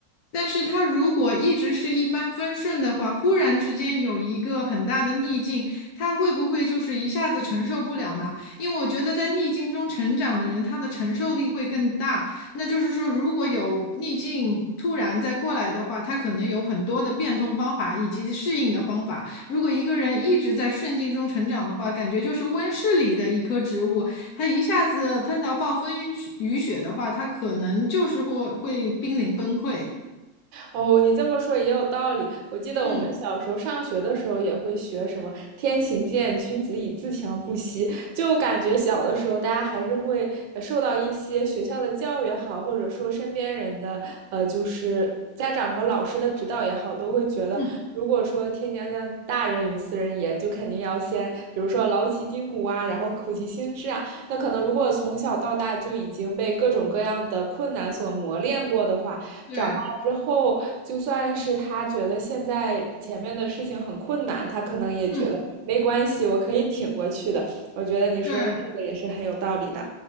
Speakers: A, on the left (about 70°); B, on the right (about 80°).
A: 但是他如果一直是一帆风顺的话，忽然之间有一个很大的逆境，他会不会就是一下子承受不了呢？因为我觉得在逆境中成长的人，他的承受力会更大。那就是说，如果有逆境突然再过来的话，他可能有很多的变通方法以及适应的方法。如果一个人一直在顺境中成长的话，感觉就是温室里的一棵植物，他一下子碰到暴风雨雪的话，他可能就是会会濒临崩溃。
B: 哦，你这么说也有道理。我记得我们小时候上学的时候也会学什么“天行健，
A: 嗯
B: 君子以自强不息”，就感觉小的时候大家还是会呃受到一些学校的教育也好，或者说身边人的呃就是家长和老师的指导也好，都会觉得如果说天将降大任于斯人也，
A: 嗯，
B: 就肯定要先比如说劳其筋骨啊，然后苦其心志啊。那可能如果从小到大就已经被各种各样的困难所磨练过的话，
A: 对，
B: 长。之后，就算是他觉得现在前面的事情很困难，他可能也觉得没关系，
A: 嗯
B: 我可以挺过去的。我觉得你说的这个也是很有道理的。
A: 对。